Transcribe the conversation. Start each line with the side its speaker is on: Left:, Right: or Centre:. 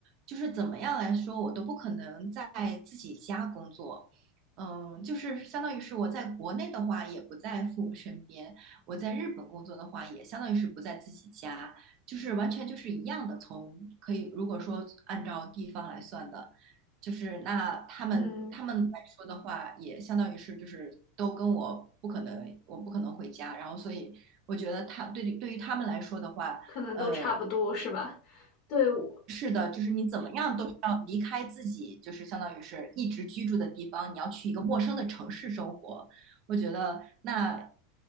Right: 就是怎么样来说，我都不可能在自己家工作。嗯，就是相当于是我在国内的话，也不在父母身边。我在日本工作的话，也相当于是不在自己家，就是完全就是一样的。从可以如果说按照地方来算的，就是那他们他们来说的话，
Left: 嗯，
Right: 也相当于是就是都跟我不可能，我不可能回家。然后所以我觉得他对对于他们来说的话，
Left: 可能都差不多是吧？
Right: 呃，
Left: 对，我。
Right: 是的，就是你怎么样都是要离开自己，就是相当于是一直居住的地方，你要去一个陌生的城市生活。我觉得那